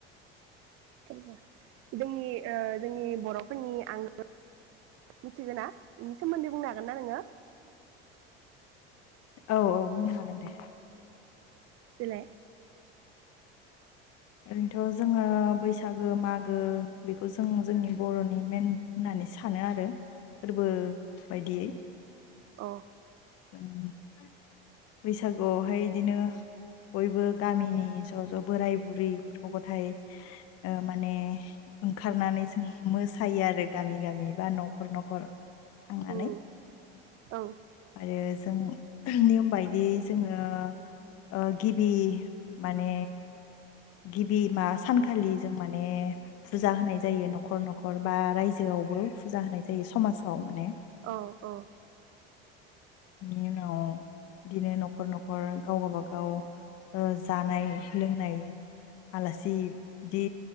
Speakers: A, on the right; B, on the left.
A: फोरबो जोंनि ओ जोंनि बर'फोरनि आंगो मिथिगौ ना बेनि सोमोन्दै बुंनो हागोन ना नोङो?
B: औ औ बुंनो हागोन दे।
A: देलाय
B: ओरैनोथ' जोङो बैसागु मागो बेखौ जों-जोंनि बर'नि मेन होननानै सानो आरो। फोरबो बायदियै
A: अ
B: <inaudible> बैसागुआवहाय इदिनो बयबो गामिनि ज' ज' बोराय बुरै गथ' गथायाइ ओ माने ओंखारनानै जों मोसायो आरो गामि- गामि बा न'खर-न'खर थांनानै
A: उम औ
B: आरो जों नियम बाय दि जोङो ओ गिबि माने गिबि मा सानखालि जों माने फुजा होनाय जायो न'खर- न'खर बा रायजोआवबो फुजा होनाय जायो समाजाव माने
A: औ औ
B: बेनि उनाव बिदिनो न'खर-न'खर गावबा गाव जानाय लोंनाय आलासि बिदि